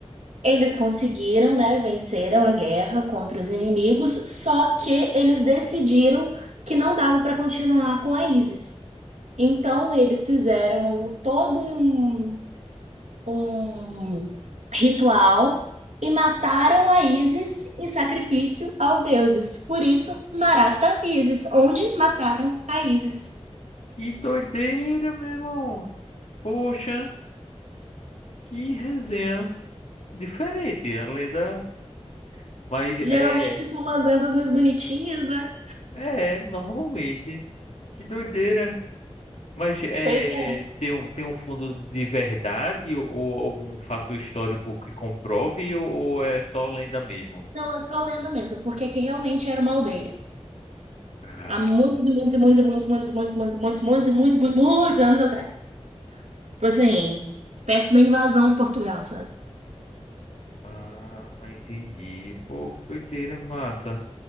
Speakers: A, on the right; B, on the left.
A: Eles conseguiram, né, venceram a guerra contra os inimigos, só que eles decidiram que não dava para continuar com a ISIS. Então eles fizeram todo um um ritual e mataram a Ísis em sacrifício aos deuses. Por isso, Marata e Ísis, onde mataram a Ísis.
B: Que doideira, meu irmão. Poxa, que resenha diferente, a lenda. Mas
A: Geralmente
B: é,
A: são umas lendas mais bonitinhas, né?
B: é, normalmente. Que doideira. Mas é,
A: Pois é.
B: tem um, tem um fundo de verdade ou, ou algum fato histórico que comprove ou, ou é só lenda mesmo?
A: Não, é só lenda mesmo, porque aqui realmente era uma aldeia.
B: Ah,
A: Há muitos e muitos e muitos e muitos e muitos e muitos e muitos e muitos e muitos e muitos muitos anos atrás. Tipo assim, perto da invasão de Portugal, sabe?
B: ah, entendi. Pô, que doideira, massa.